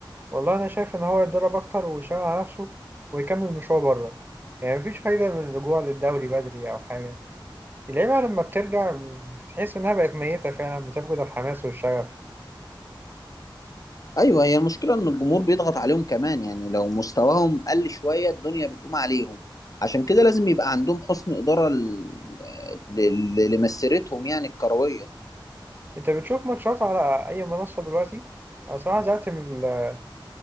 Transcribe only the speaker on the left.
ايوه هي المشكله ان الجمهور بيضغط عليهم كمان يعني لو مستواهم قل شويه الدنيا بتقوم عليهم عشان كده لازم يبقى عندهم حسن اداره ل- ل- لمسيرتهم يعني الكرويه